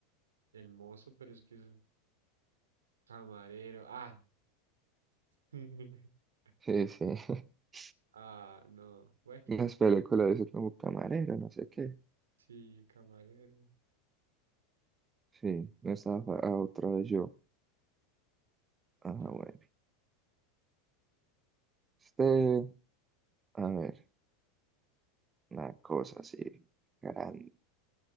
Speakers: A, on the right (about 90°); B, on the right (about 20°).
A: El mozo, pero es que es camarero. Ah, <laughs>
B: sí, sí, <laughs>
A: ah, no. Bueno,
B: en las películas dicen como camarero, no sé qué,
A: sí, camarero.
B: sí, no estaba fa- ah, otra vez yo, ajá,
A: A ver,
B: bueno, este, a ver, una cosa así, grande,